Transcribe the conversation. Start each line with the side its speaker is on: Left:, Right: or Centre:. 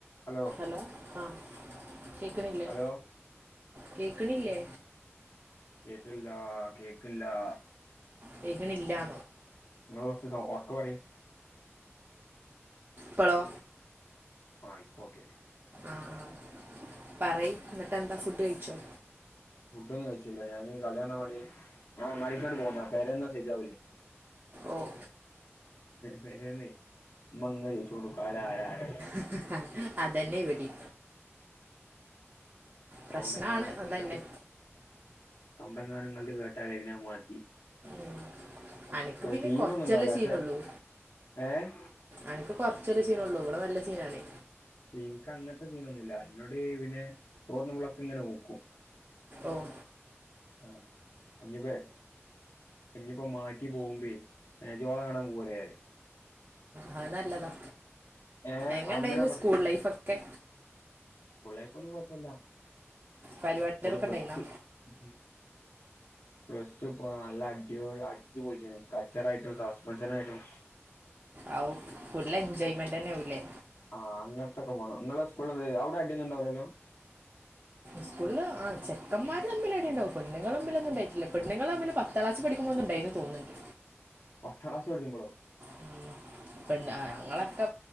Left: Hello
Right: hello അഹ് കേക്ക്ണില്ലേ?
Left: Hello
Right: കേക്ക്ണില്ലേ?
Left: കേക്കിൺല്ലാ കേക്കിൺല്ലാ
Right: കേക്കിണില്ലാ
Left: ഇങ്ങൾ കൊർച്ച് സൗ ഒർക്കെ
Right: പ്പളോ
Left: ആഹ് ഇപ്പോക്കെ
Right: ആഹ് പറയ് ന്നട്ടെന്താ ഫുഡ് കഴിച്ചോ?
Left: ഫുഡൊക്കെ കഴിച്ചില്ല ഞാനീ കടയെ ള്ളപണി ഞാ അങ്ങാടിക്കണ്ട് പോന്നാ പേരെന്നാ സെരിയാവൂലെയ്
Right: ഓഹ്
Left: പെരേന്നെ ഇമ്മങ്ങനെ ചോയ്‌ച്ചോണ്ട്ക്കും ആര ആര ആരാന്നെ
Right: ഹഹ് അതന്നെ ഇവിടിം
Left: സൗണ്ടങ്ങാനുംപ്പങ്ങൾത്
Right: പ്രശ്നാണ് അതന്നെ
Left: സൗണ്ട ങ്ങാനുംങ്ങൾത് കേട്ടാലെ പിന്നെ അവ്മതി
Right: ഉം. അനക്ക്
Left: അല്ല
Right: പിന്നെ
Left: സീന്നൊന്നുംണ്ടാവൂല
Right: കുറച്ചല്ലേ
Left: പക്ഷെ
Right: സീനുള്ളൂ
Left: ഏഹ്
Right: അനക്ക് കുറച്ചൊരു സീനൊള്ളൂ ഇവടെ നല്ല സീനാണെ
Left: ഇൻക്കങ്ങൻത്തെ സീനൊന്നുല്ല ഇന്നോട് പിന്നെ ചോർന്നുബളൊക്കെങ്ങനോക്കും
Right: ഓഹ്
Left: ആഹ് ഇഞ്ഞിപ്പേ ഇഞ്ഞിപ്പം മാറ്റി പോകുമ്പേ ഏ ജ് ഓളെകാണാം പോവല്ലേ ഞാൻ
Right: അത് നല്ലതാ
Left: ഏ
Right: എങ്ങനെണ്ടായിന്നു
Left: അങ്ങനെ
Right: സ്കൂൾ ലൈഫൊക്കെ
Left: സ്കൂളൈഫൊന്നും കുഴപ്പല്ല
Right: പരിപാടികളൊക്കെ
Left: സ്കൂള് പ്ലസ്
Right: ഉണ്ടായിരുന്നോ
Left: ടു ഉം പ്ലസ് ടു നല്ല അടിപൊ അടിച്ച് പൊളിച്ച കച്ചറായിട്ടും സസ്പെൻഷനായിട്ടും
Right: ആവു ഫുള്ള് എൻജോയ്മെന്റന്നാവുലെ
Left: ആഹ് അങ്ങൻത്തൊക്കെ വാണം ഇങ്ങളെ സ്കൂള്ത് അവിടെ അടിയൊന്നുണ്ടാവൂലല്ലോ
Right: സ്കൂളില് ആഹ് ചെക്കമ്മാര് തമ്മിലടിണ്ടാക്കും പെണ്ണ്ങ്ങളമ്മിലൊന്നും ഉണ്ടായ്ട്ടില്ല പെണ്ണുൾ തമ്മിൽ പത്താം ക്ലാസ് പഠിക് ക്കുമ്പോന്നുണ്ടായിന്ന് തോന്ന്ണ്ട്
Left: പത്താം ക്ലാസ് പടിക്കുമ്പളോ
Right: ഉം. ഞങ്ങളൊക്കെ